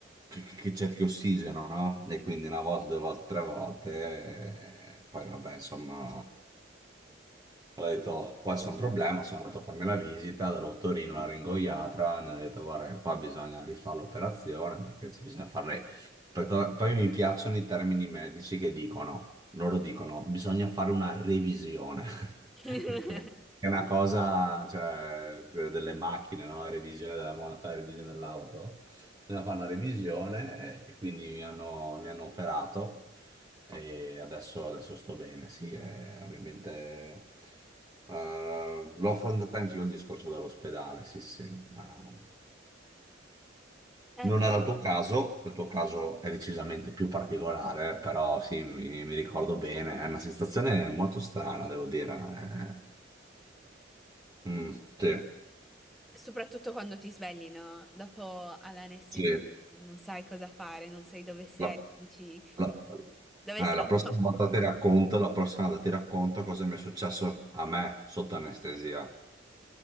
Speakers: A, on the right; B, in the centre.
A: che, che- che cerchi ossigeno, no? E quindi una volta, due volte, tre volte, eh, poi vabbè, insomma, ho detto, "Oh, qua c'è un problema, sono andato a farmi la visita dall'ottorino, la ringoiatra, mi ha detto, guarda, che qua bisogna rifare l'operazione perché ci bisogna fare... perché Poi mi piacciono i termini medici che dicono, loro dicono, bisogna fare una revisione.
B: <laughs>
A: <laughs> È una cosa, cioè, delle macchine, no? Revisione della moda, fare la revisione dell'auto. Bisogna fare una revisione eh, e, quindi mi hanno, mi hanno operato e adesso, adesso sto bene. Sì, eh, ovviamente eh, l'ho affrontata anche io il discorso dall'ospedale, sì, sì. ma-
B: Eh,
A: non
B: boh.
A: era il tuo caso, il tuo caso è decisamente più particolare, però sì, mi, mi ricordo bene, è una sensazione molto strana, devo dire. eh. Mm, sì,
B: Soprattutto quando ti svegli, no? Dopo all'anestesia
A: sì.
B: non sai cosa fare, non sai dove sei,
A: La,
B: dici
A: la-
B: dove
A: eh,
B: siamo?
A: la prossima
B: <laughs>
A: volta ti racconto, la prossima volta ti racconto cosa mi è successo a me sotto anestesia,